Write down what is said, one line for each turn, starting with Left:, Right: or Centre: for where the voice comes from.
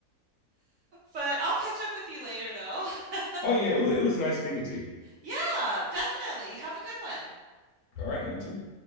Right: But I'll catch up with you later though. <laughs>
Left: Oh yeah, it wa- it was nice speaking to you.
Right: Yeah, definitely. Have a good one.
Left: All right, you too.